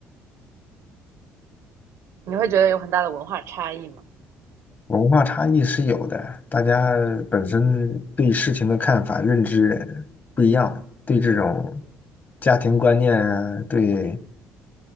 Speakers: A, on the right; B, on the left.
A: 你会觉得有很大的文化差异吗？
B: 文化差异是有的，大家本身对事情的看法、认知不一样，对这种家庭观念啊，对